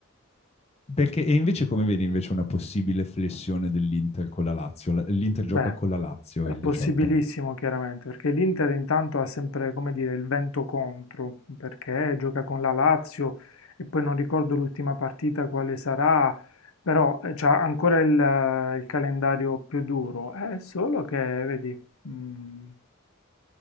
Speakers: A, on the left; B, on the left.
A: Perché, e invece come vedi invece una possibile flessione dell'Inter con la Lazio? La- L'Inter
B: Beh,
A: gioca con la Lazio
B: è
A: il
B: possibilissimo
A: 18.
B: chiaramente, perché l'Inter intanto ha sempre, come dire, il vento contro, perché gioca con la Lazio e poi non ricordo l'ultima partita quale sarà, però ha ancora il, eh, il calendario più duro. È solo che, vedi, mm,